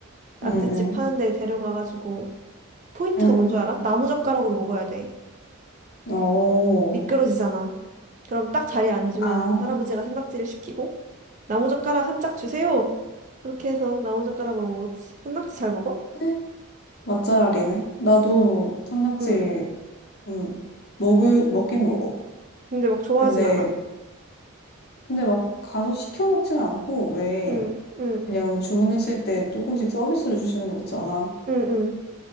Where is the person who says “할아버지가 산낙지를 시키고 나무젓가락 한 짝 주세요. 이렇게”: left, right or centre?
Right